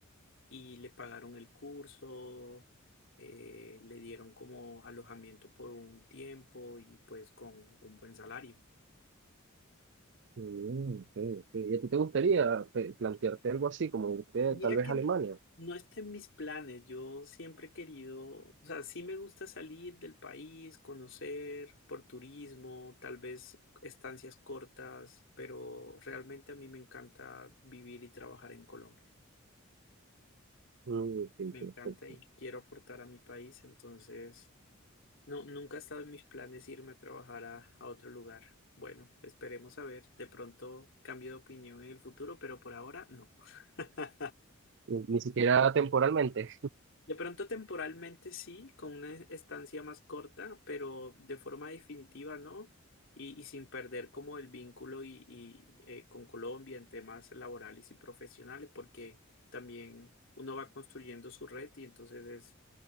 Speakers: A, on the left; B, on the right.
A: y le pagaron el curso, eh, le dieron como alojamiento por un tiempo y pues con un buen salario.
B: Mm, ok, ok. ¿Y a ti te gustaría eh, plantearte algo así, como irte
A: Mira
B: tal vez
A: que
B: a Alemania?
A: no está en mis planes. Yo siempre he querido, o sea, sí me gusta salir del país, conocer por turismo, tal vez estancias cortas, pero realmente a mí me encanta vivir y trabajar en Colombia.
B: Mm, ok,
A: Me encanta
B: ok.
A: y quiero aportar a mi país, entonces no, nunca ha estado en mis planes irme a trabajar a, a otro lugar. Bueno, esperemos a ver. De pronto cambio de opinión en el futuro, pero por ahora no. <laughs>
B: Ni, ni siquiera temporalmente.
A: De pronto temporalmente sí, con una estancia más corta, pero de forma definitiva no, y, y sin perder como el vínculo y, y, eh, con Colombia en temas laborales y profesionales, porque también uno va construyendo su red y entonces es,